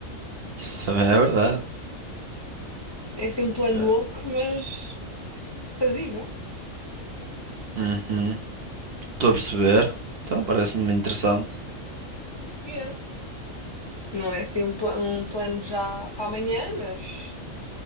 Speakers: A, on the right (about 55°); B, on the left (about 35°).
A: isso é verdade.
B: É assim um plano
A: É.
B: louco, mas fazível.
A: Uhum. Estou a perceber. Então, parece-me interessante.
B: Yeah. Não é assim um, pla- um plano já para amanhã, mas